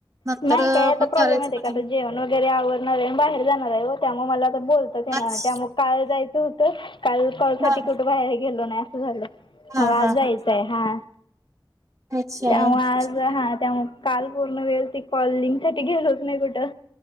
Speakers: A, on the right; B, on the left.
A: नंतर
B: नाही काय आता
A: मग
B: प्रॉब्लेम
A: करायचं
B: येते
A: म्हंटलं
B: का आता
A: कि
B: जेवण वगैरे आवणार हाय आणि बाहेर जाणार आहे त्यामुळे मला आ बोल त्यामुळं
A: आज
B: काल जायचं होतं काल कॉल साठी
A: हां,
B: कुठं बाहेर गेलो नाही असं झालं.
A: हां,
B: मग
A: हां,
B: आज जायचंय
A: हां.
B: हा.
A: अच्छा.
B: त्यामुळे
A: ठीक
B: आज
A: आहे.
B: हा त्यामुळं काल पूर्ण वेळ ते कॉलिंग साठी गेलोच नाही कुठं